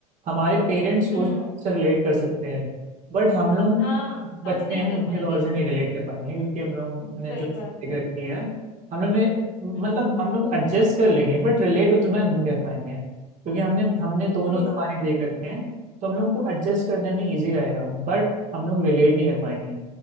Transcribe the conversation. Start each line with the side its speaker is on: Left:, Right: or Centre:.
Right: हमारे पेरेंट्स उस
Left: हम्म
Right: दौर से रिलेट कर सकते हैं बट हम लोग
Left: हाँ
Right: बच्चे
Left: हम नहीं
Right: हैं उनके
Left: कर पाएंगे
Right: दौर
Left: इससे
Right: से नहीं रिलेट कर पाएंगे क्योंकि हम लोग ने
Left: सही
Right: जो सोच
Left: बात है
Right: रखी है हम लोग ने मतलब
Left: हम्म
Right: हम लोग एडजस्ट कर लेंगे बट रिलेट उतना नहीं कर पाएंगे क्योंकि हमने हमने दोनों
Left: सही
Right: जमाने
Left: बात है
Right: देख रखे हैं तो हम लोग को एडजस्ट करने में इजी रहेगा बट हम लोग रिलेट नहीं कर पाएंगे